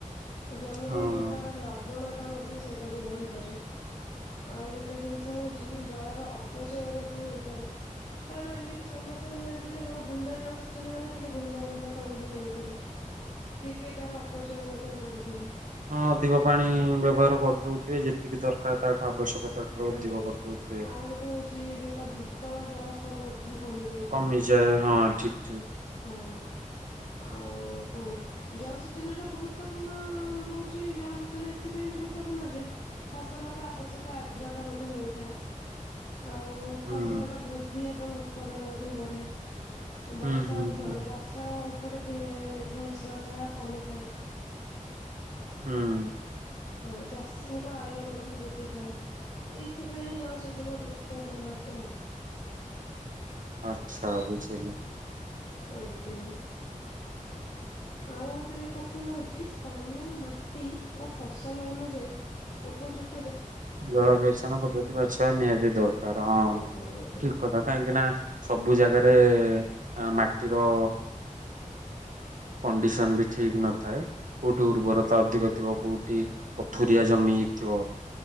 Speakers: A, on the left (about 55°); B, on the right (about 70°).
A: ଜମିରେ
B: ହଁ
A: ଯୋଉଟା
B: ହୁଁ।
A: ଲବଣ ତା ମଧ୍ୟ ସେଇଟା ବି ବଢିପାରେ ଆଉ ଗୋଟେ ଜିନିଷ ହଉଛି ଜଳର ଅପଚୟ ମଧ୍ୟ କାରଣ ଏମିତି ସମସ୍ୟା ନାହାନ୍ତି ଯେ ହଁ ବୁନ୍ଦା ଜଳସେଚନ ମାନେ ଖାଲି ବୁନ୍ଦା ବୁନ୍ଦା ପାଣି ହିଁ ଦଉ ଥିବେ କିଏ କିଏ ତାର ଅପଚୟ ମଧ୍ୟ କରୁଥିବେ।
B: ହଁ ଅଧିକ ପାଣି ବ୍ୟବହାର କରିଦଉଥିବେ ଯେତିକି ଦରକାର ତାଠୁ ଆବଶ୍ୟକତା ଠାରୁ ଅଧିକ
A: ଆଜ୍ଞା।
B: କରିଦାଉଥିବେ।
A: ଆଉ ଗୋଟେ ହଉଛି ଯୋଉଟା ଭୂତଳ ଜଳସ୍ତର ମଧ୍ୟ କମି ଯାଇପାରେ।
B: କମିଯାଏ ହଁ ଠିକ ଠିକ।
A: ହଁ। ଆଉ ଓ କଣ ଜଳସେଚନ ର ଗୁରୁତ୍ୱପୂର୍ଣ୍ଣ ହଉଛି ଜଳସେଚନ ଏଥିପାଇଁ ଗୁରୁତ୍ୱପୂର୍ଣ୍ଣ ଯେ ଫସଲକୁ ଆବଶ୍ୟକ ଆଦ୍ର ତା ମଧ୍ୟ ମିଳିଥାଏ ଆଉ
B: ହୁଁ
A: ଫସଲର ବୃଦ୍ଧି ଏବଂ ଉତ୍ପାଦନ ମଧ୍ୟ ବଢେ ବର୍ଷା
B: ହୁଁ ହୁଁ ହୁଁ
A: ବର୍ଷା ଉପରେ କେ ନିର୍ଭରଶୀଳତା କମିଥାଏ।
B: ହୁଁ।
A: ହଁ ଚାଷୀଙ୍କ ଆୟ ମଧ୍ୟ ବୃଦ୍ଧି ପାଏ। ଏଇଥିପାଇଁ ଜଳସେଚନ ଗୁରୁତ୍ୱପୂର୍ଣ୍ଣ ଅଟେ ଆଉ।
B: ଆଚ୍ଛା ବୁଝିଲି।
A: ଆଜ୍ଞା। ଆଉ ଗୋଟେ କଥା ହଉଛି ସ୍ଥାନ ମାଟି ଓ ଫସଲ ଅନୁଯାୟୀ ଉପଯୁ
B: ଜଳସେଚନ ପ୍ରଦ୍ଧତି ବାଛିବା ନିହାତି ଦରକାର୍ ହଁ
A: ଆଜ୍ଞା ଆଜ୍ଞା
B: ଠିକ୍ କଥା କାହିଁକି ନା ସବୁ ଜାଗାରେ ମାଟିର
A: <inaudible>
B: କଣ୍ଡିସନ୍ ବି ଠିକ୍ ନଥାଏ କୋଉଠି ଉର୍ବରତା ଅଧିକ ଥିବ କୋଉଠି ପଥୁରିଆ ଜମି ଥିବ।